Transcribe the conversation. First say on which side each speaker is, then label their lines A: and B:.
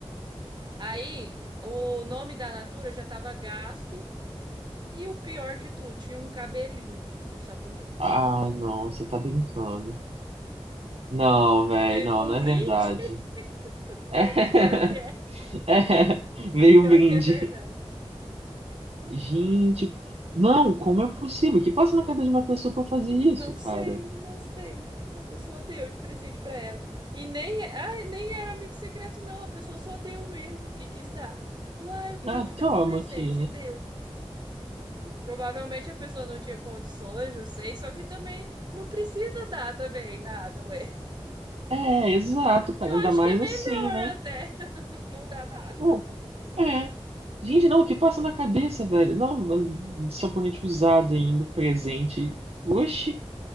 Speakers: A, on the right; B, on the right.
A: Aí o nome da Natura já estava gasto e o pior de tudo, tinha um cabelinho no sabonete.
B: Ah, não, você tá brincando. Não, velho,
A: Veio
B: não,
A: com
B: não
A: um
B: é
A: brinde,
B: verdade.
A: <laughs>
B: <laughs>
A: E O pior que é,
B: é, veio
A: pior
B: o brinde.
A: que é verdade.
B: Gente, não, como é possível? O que passa na cabeça de uma pessoa pra fazer isso,
A: Não sei,
B: cara?
A: não sei. A pessoa deu de presente para ela. E nem, ai, nem era amigo secreto, não. A pessoa só deu mesmo, o que quis dar. Falou, ah, eu queria
B: Ah,
A: te dar
B: toma
A: um presente,
B: aqui, né?
A: e deu. Provavelmente a pessoa não tinha condições, não sei, só que também não precisa dar também nada, ué.
B: É, exato, cara,
A: Eu
B: ainda
A: acho
B: mais
A: que é melhor
B: assim, né?
A: até. não dá nada.
B: Não, é. Gente, não, o que passa na cabeça, velho? Não, sabonete usado ainda, presente. Oxi,